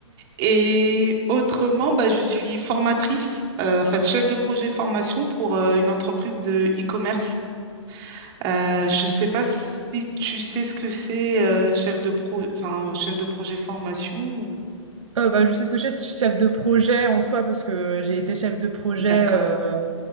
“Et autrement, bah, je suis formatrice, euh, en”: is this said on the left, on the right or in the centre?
Right